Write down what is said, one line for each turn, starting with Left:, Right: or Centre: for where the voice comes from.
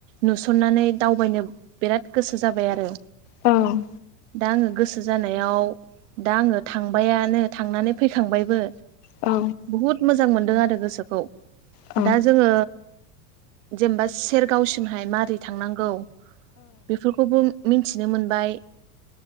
Right: नुसननानै दावबायनो बिराद गोसो जाबाय आरो
Left: औ
Right: दा आङो गोसो जानायाव दा आङो थांबायानो थांनानै फैखांबायबो
Left: औ
Right: बुहुत मोजां मोनदों आरो गोसोखौ
Left: औ
Right: दा जोङो जेनेबा सेरगावसिमहाय मारै थांनांगौ बेफोरखौबो मिथिनो मोनबाय